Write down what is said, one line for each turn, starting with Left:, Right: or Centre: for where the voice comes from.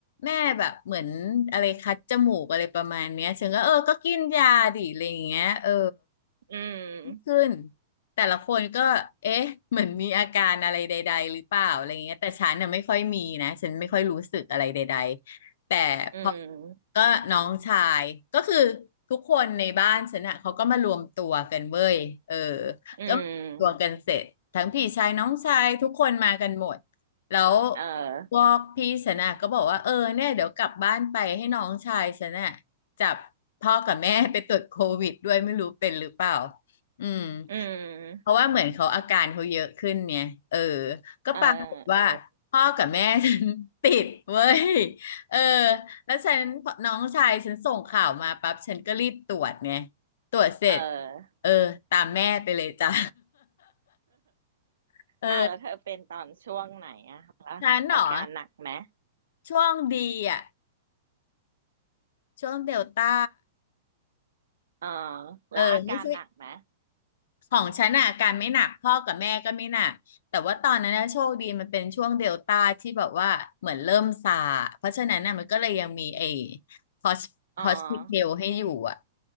Left: แม่แบบเหมือนอะไรคัดจมูกอะไรประมาณเนี้ยฉันก็เออก็กินยาดิอะไรอย่างเงี้ยเออ
Right: อืม
Left: ขึ้น แต่ละคนก็เอ๊ะเหมือนมีอาการอะไรใดๆหรือเปล่าอะไรเงี้ยแต่ฉันน่ะไม่ค่อยมีนะฉันไม่ค่อยรู้สึกอะไรใดๆแต่พอ
Right: อืม
Left: ก็น้องชายก็คือทุกคนในบ้านฉันน่ะเขาก็มารวมตัวกันเว้ยเออ
Right: อืม
Left: ก็มารวมตัวกันเสร็จทั้งพี่ชายน้องชายทุกคนมากันหมดแล้ว
Right: เออ
Left: พวกพี่ฉันน่ะก็บอกว่าเออเนี่ยเดี๋ยวกลับบ้านไปให้น้องชายฉันน่ะจับพ่อกับแม่ไปตรวจโควิดด้วยไม่รู้เป็นหรือเปล่าอืม
Right: อืม
Left: เพราะว่าเหมือนเขาอาการเขาเยอะขึ้นเนี่ย เออ ก็ปรากฏว่าพ่อกับแม่ฉัน
Right: เออเออ
Left: <laughs> ติดเว้ย เออ แล้วฉันน้องชายฉันส่งข่าวมาปั๊บฉันก็รีบตรวจเนี่ย ตรวจเสร็จ
Right: เออ
Left: เออตามแม่ไปเลยจ้ะ <laughs> เออ
Right: อ่ะแล้วเธอเป็นตอนช่วงไหนอะคะอาการหนักไหม
Left: ฉันเหรอช่วงดีอ่ะช่วงเดลต้า
Right: อ๋อแล้วอาการหนักไหม
Left: เออไม่ใช่ ของฉันอ่ะอาการไม่หนักพ่อกับแม่ก็ไม่หนักแต่ว่าตอนนั้นนะโชคดีมันเป็นช่วงเดลต้าที่แบบว่าเหมือนเริ่มซาเพราะฉะนั้นน่ะมันก็เลยยังมีไอ้ฮอสฮอสพิทอลให้อยู่อ่ะ
Right: อ๋อ